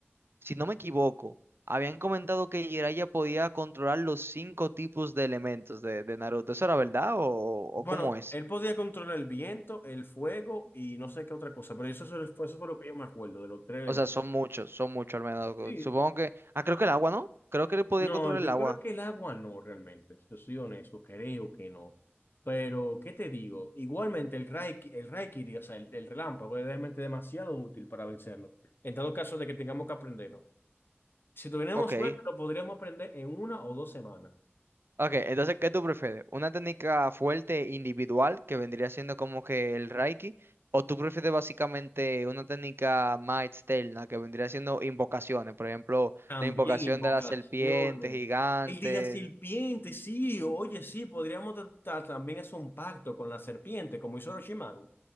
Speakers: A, on the right; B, on the left.
A: si no me equivoco, habían comentado que Jiraiya podía controlar los cinco tipos de elementos de, de Naruto. ¿Eso era verdad o, o
B: Bueno,
A: cómo es?
B: él podía controlar el viento, el fuego y no sé qué otra cosa, pero eso, eso fue eso fue lo que yo me acuerdo de los tres elementos.
A: O sea, son muchos, son muchos al menos.
B: Sí,
A: Supongo que... Ah, creo que el agua, ¿no? Creo que él podía
B: No,
A: controlar
B: yo
A: el agua.
B: creo que el agua no realmente, yo soy honesto, creo que no. Pero, ¿qué te digo? Igualmente el Raiki, el Raikiri, o sea, el, el relámpago es realmente demasiado útil para vencerlo. En dado caso de que tengamos que aprenderlo. Si tuviéramos
A: Ok.
B: suerte, lo podríamos aprender en una o dos semanas.
A: Ok, entonces, ¿qué tú prefieres? ¿Una técnica fuerte individual que vendría siendo como que el Reiki? ¿O tú prefieres básicamente una técnica más externa que vendría siendo invocaciones? Por ejemplo,
B: También
A: la invocación
B: invocaciones.
A: de la serpiente gigante.
B: El de la serpiente, sí, oye, sí, podríamos tratar también hacer un pacto con la serpiente, como hizo Orochimaru,